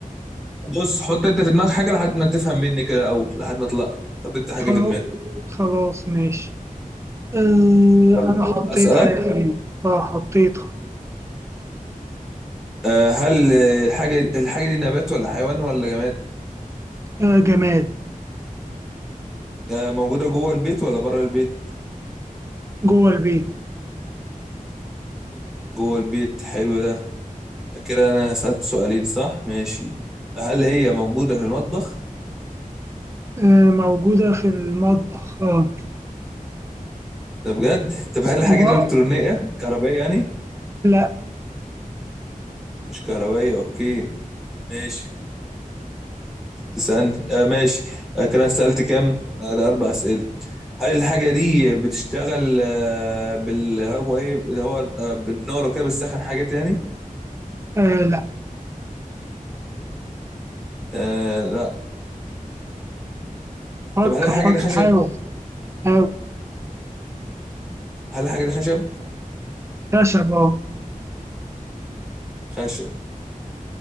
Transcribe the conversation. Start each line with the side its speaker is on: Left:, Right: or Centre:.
Centre: بص حط انت في دماغك حاجه لحد ما تفهم مني كده اول لحد ما اطلع حط انت حاجه
Right: خلاص
Centre: في دماغك
Right: خلاص ماشي آه
Centre: يلا
Right: أنا حطيت
Centre: اسالك
Right: حاجة في دماغي. آه حطيت
Centre: آه، هل آه، الحاجة الحاجة دي نبات ولا حيوان ولا جماد
Right: آه جماد
Centre: آه، موجودة جوه البيت ولا بره البيت
Right: جوه البيت
Centre: جوه البيت حلو ده كده أنا سألت سؤالين صح ماشي هل هي موجودة في المطبخ
Right: آه موجودة في المطبخ آه
Centre: ده بجد طب هل الحاجة
Right: وب-
Centre: دي إلكترونية كهربائية يعني
Right: لا
Centre: مش كهربائية أوكي ماشي اسألني آه ماشي آه كده أنا سألت كام آه ده أربع أسئلة هل الحاجة دي بتشتغل آه بال هو إيه اللي هو آه بالنار وكده بتسخن حاجات يعني
Right: آه لا
Centre: آه لا
Right: فكر
Centre: طب هل الحاجة
Right: فكر
Centre: دي خشب
Right: حاول حاول
Centre: هل الحاجة دي خشب؟
Right: خشب اه
Centre: خشب